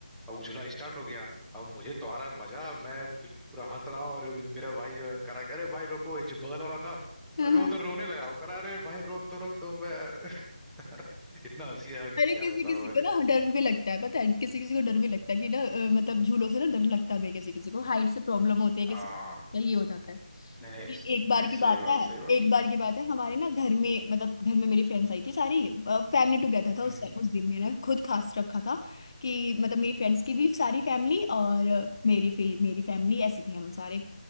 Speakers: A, in the centre; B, on the left.
A: अब झूला स्टार्ट हो गया अब मुझे तो आ रहा है मजा मैं फिर पूरा हंस रहा हूँ और मेरा भाई जो है, करा कि, अरे भाई रोको ये जो बगल वाला था
B: हम्म,
A: अरे वो तो रोने लगा वो करा अरे भाई रोक दो रोक दो मैं <laughs> इतना हंसी आया कि
B: अरे
A: क्या
B: किसी
A: बताऊँ
B: किसी
A: मैं
B: को ना डर भी लगता है पता है किसी किसी को डर भी लगता है कि ना अ, मतलब झूलों से ना डर लगता भी है किसी किसी को हाइट से प्रॉब्लम होती है किसी
A: हाँ
B: को ये हो जाता है
A: नहीं नहीं
B: ए- एक बार
A: नहीं
B: की बात
A: सही बात
B: है
A: सही बात
B: एक बार की बात है हमारे ना घर में मतलब घर में मेरी फ्रेंड्स आई थी सारी फैमिली टुगेदर था
A: हम्म
B: उस
A: हम्म
B: उस दिन मैंने खुद खास रखा था कि मतलब मेरी फ्रेंड्स की भी सारी फैमिली और मेरी फे, मेरी फैमिली ऐसे थे हम सारे